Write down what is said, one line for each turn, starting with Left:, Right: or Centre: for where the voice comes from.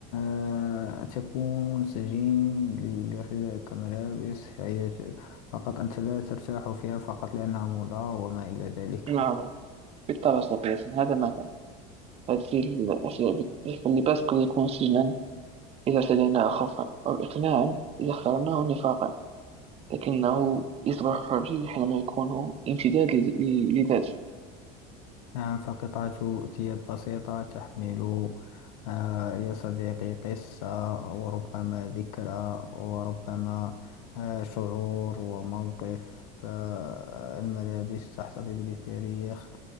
Left: آه، تكون سجين ل- لارتدائك ملابس هي فقط أنت لا ترتاح فيها فقط لأنها موضة وما إلى ذلك
Right: نعم بالطبع صديقي هذا مثلا هذه الأشياء اللي باسكل يكون سجنا إذا ارتديناه خوفا أو إقناعا إذا اخترناه نفاقا لكنه يصبح حرية حينما يكون امتداد ل- ل- لذاته
Left: نعم فقطعة ثياب بسيطة تحمل آه، يا صديقي قصة وربما ذكرى وربما آه، شعور وموقف آه، الملابس تحتفظ بتاريخ